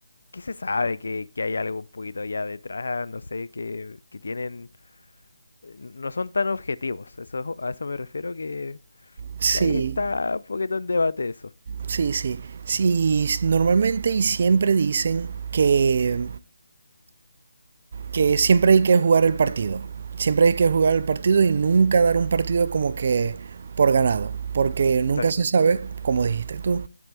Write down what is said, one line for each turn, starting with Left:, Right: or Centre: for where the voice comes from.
Left: que se sabe que, que hay algo un poquito allá detrás? No sé, que, que tienen... eh, No son tan objetivos. Eso, es- a eso me refiero que,
Right: Sí,
Left: que ahí está un poquito en debate eso.
Right: sí, sí. Sí, normalmente y siempre dicen que, que siempre hay que jugar el partido. Siempre hay que jugar el partido y nunca dar un partido como que por ganado, porque nunca
Left: Exacto.
Right: se sabe, como dijiste tú,